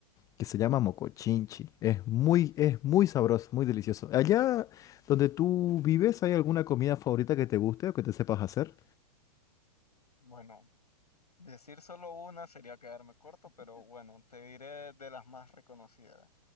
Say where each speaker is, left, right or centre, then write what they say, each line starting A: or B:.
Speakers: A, on the left (about 15°); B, on the left (about 80°).
A: que se llama mocochinchi. Es muy, es muy sabroso, muy delicioso. Allá donde tú vives, ¿hay alguna comida favorita que te guste o que te sepas hacer?
B: Bueno, decir solo una sería quedarme corto, pero bueno, te diré de las más reconocidas.